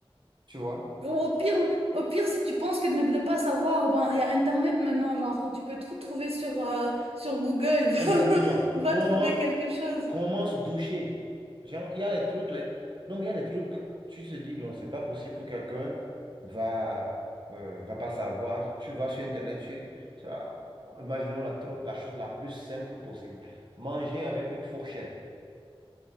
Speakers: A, on the right; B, on the right.
A: tu vois.
B: Ou Au pire, au pire, si tu penses que ne, ne pas savoir, ben, il y a Internet maintenant, genre, tu peux tout trouver sur, euh, sur Google. <laughs> Va,
A: Exactement.
B: va
A: Comment,
B: trouver quelque chose.
A: comment se doucher? Genre, il y a des trucs, les- non, mais il y a des trucs, tu te dis, non, c'est pas possible que quelqu'un va, euh, va pas savoir. Tu vas sur Internet, tu, ça- imaginons la, tro- la chose la plus simple possible. Manger avec une fourchette.